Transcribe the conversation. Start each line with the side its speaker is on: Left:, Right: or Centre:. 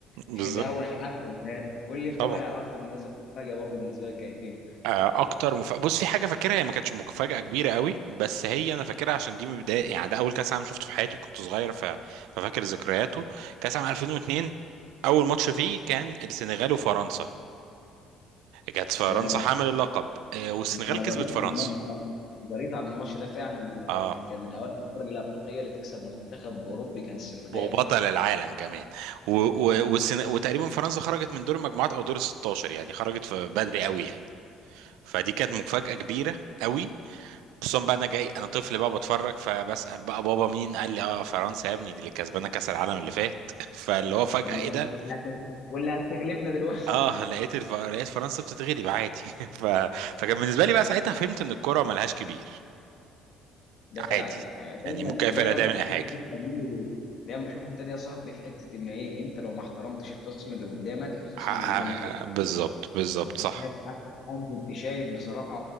Right: بالظبط
Left: <laughs> ده اول حاجه قلنا لك قول لي انت
Right: طبعا
Left: بقى اكتر مثلا مفاجاه برضه بالنسبه لك كانت ايه؟
Right: آه، اكتر مف... بص في حاجه فاكرها هي ما كانتش مفاجاه كبيره قوي بس هي انا فاكرها عشان دي من بدايه يعني ده اول كاس عالم شفته في حياتي كنت صغير ف... ففاكر ذكرياته كاس عام 2002 اول ماتش فيه كان السنغال وفرنسا كانت فرنسا
Left: يا
Right: حامل اللقب آه، والسنغال
Left: انا
Right: كسبت
Left: قريت
Right: فرنسا
Left: عن الماتش انا قريت عن الماتش ده فعلا ان
Right: اه
Left: كان من اوائل الفرق الافريقيه اللي تكسب منتخب اوروبي كان السنغال
Right: وبطل العالم كمان و... و... والسن... وتقريبا فرنسا خرجت من دور المجموعات او دور ال 16 يعني خرجت في بدري قوي يعني. فدي كانت مفاجأة كبيرة قوي خصوصا بقى انا جاي انا طفل بقى بتفرج فبسأل بقى بابا مين قال لي اه فرنسا يا ابني دي اللي كسبانة كأس العالم اللي فات <laughs> فاللي هو فجأة
Left: واللي
Right: ايه ده
Left: هت- واللي هت- واللي هتغلبنا دلوقتي
Right: اه لقيت الف... لقيت فرنسا بتتغلب عادي <laughs> ف... فكان بالنسبة لي بقى ساعتها فهمت ان الكرة ملهاش كبير
Left: <laughs> ده
Right: عادي
Left: فعلا يعني دايما
Right: يعني ممكن
Left: دايما
Right: اي فرقة تعمل
Left: بشوف
Right: اي حاجة
Left: الحته دي دايما بشوف الحته دي يا صاحبي في حته ان ايه انت لو ما احترمتش الخصم اللي قدامك الخصم
Right: ح... ح...
Left: اللي قدامك
Right: بالظبط بالظبط
Left: انت
Right: صح
Left: فاهم انا أنا كنت شايف بصراحه